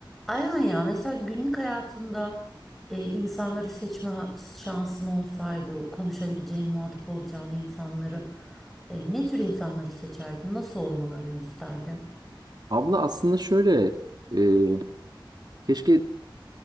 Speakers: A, in the centre; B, on the right.
A: Aynen ya mesela günlük hayatında e, insanları seçme ha- şansın olsaydı, konuşabileceğin, muhatap olacağın insanları e, ne tür insanları seçerdin? Nasıl olmalarını isterdin?
B: Abla aslında şöyle e, keşke